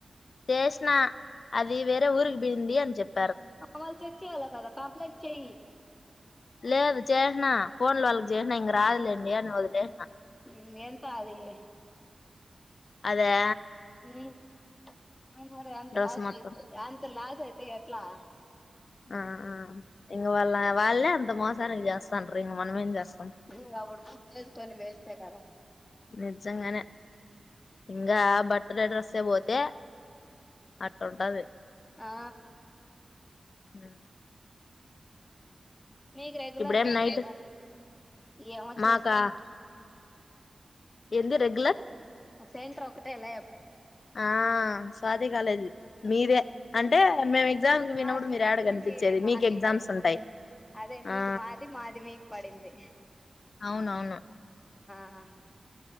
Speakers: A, on the left; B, on the left.
A: చేస్ నా అది వేరే ఊరుకి పింది అని చెప్పి
B: వల్ తెచ్చియాలా కదా కంప్లైంట్ చేయి
A: లేదు చేసిన ఫోన్లు వాళ్ళకి చేసిన ఇంక రాదులేండి అని వదిలేసిన
B: ఉమ్ ఎంత అది
A: అదా
B: ఉమ్ ఉమ్ మరే అంత
A: డ్రెస్
B: లాస్
A: మొత్తం
B: చేస్త అంత లాస్ అయిత్ స్తే ఎట్లా
A: ఆ ఇంగా వాళ్ళ వాళ్ళే అంత మోసానికి చేస్తాండ్రు ఇంక మనమేం చేస్తాం
B: ఇంకా అప్పుడు బుక్ చేసుకొని వేస్టే కదా
A: నిజంగానే ఇంకా బట్ట బర్త్డే డ్రెస్ పోతే అట్ట ఉంటది
B: ఆ
A: ఆ
B: మీకు రెగులర్
A: ఇప్పుడేం
B: సెంటలే
A: నైట్
B: ఏమో
A: మాకా
B: చేస్తాను
A: ంది రెగులర్
B: సేంట్ర ఒకటేలా
A: ఆ స్వాతి కాలేజీ మీదే అంటే మేము ఎగ్జామ్
B: మాకి
A: పోయినప్పుడు మీరు
B: మీది
A: ఏడకనిపించేది
B: మీది మాకు
A: మీకు ఎగ్జామ్స్
B: పడింది
A: ఉంటాయి
B: అదే మీకు
A: ఆ
B: మాది మాది మీకు పడింది
A: అవునవును
B: ఆ